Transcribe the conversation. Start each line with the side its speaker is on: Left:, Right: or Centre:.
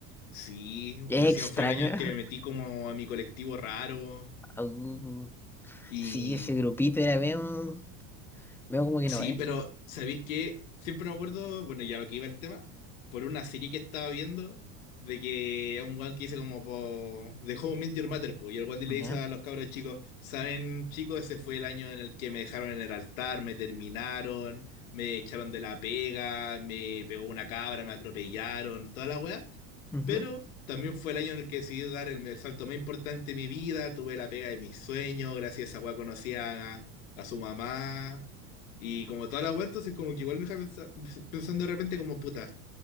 Left: Sí,
Centre: Es
Left: encima
Centre: extraño.
Left: fue el año en
Centre: <laughs>
Left: que me metí como a mi colectivo raro.
Centre: Uh,
Left: Y
Centre: sí, ese grupito era medio, medio como que
Left: sí,
Centre: no, ¿eh?
Left: pero ¿sabéis qué? Siempre me acuerdo, bueno, ya lo que iba el tema, por una serie que estaba viendo, de que a un guan que dice como, po, de How I Met Your Mother, po, y el guan le
Centre: Ya.
Left: dice a los cabros chicos, ¿saben, chicos? Ese fue el año en el que me dejaron en el altar, me terminaron, me echaron de la pega, me pegó una cabra, me atropellaron, toda la wea.
Centre: Ujú.
Left: Pero también fue el año en el que decidí dar el, el salto más importante de mi vida. Tuve la pega de mis sueños. Gracias a esa weá conocí a, a su mamá. Y como toda la weá, entonces como que igual me deja pensa- <laughs> pensando de repente como puta.